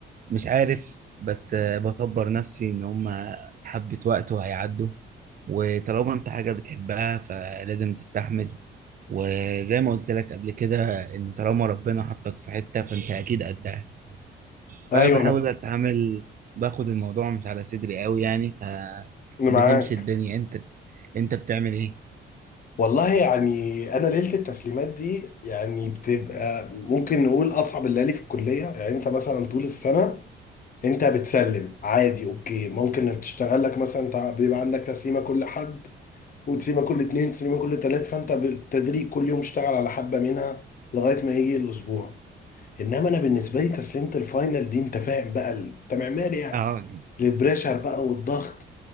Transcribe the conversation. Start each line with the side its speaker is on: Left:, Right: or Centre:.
Right: عارف بس آه، بصبر نفسي ان هما حبة وقت وهيعدوا وطالما انت حاجة بتحبها فلازم تستحمل وزي ما قلت لك قبل كده ان طالما ربنا حطك في حتة فانت اكيد قدها
Left: ايوه
Right: فبحاول
Left: انا
Right: اتعامل باخد الموضوع مش على صدري قوي يعني
Left: انا معاك
Right: فبتمشي الدنيا انت انت بتعمل ايه
Left: والله يعني انا ليله التسليمات دي يعني بتبقى ممكن نقول اصعب الليالي في الكليه يعني انت مثلا طول السنه انت بتسلم عادي اوكي ممكن انك تشتغل لك مثلا تع- بيبقى عندك تسليمه كل حد وتسليمه كل اتنين تسليمه كل تلات فانت بالتدريج كل يوم اشتغل على حبه منها لغايه ما يجي الاسبوع انما انا بالنسبه لي تسليمه الفاينل دي انت فاهم بقى ال- انت معماري يعني
Right: اه
Left: البريشر بقى والضغط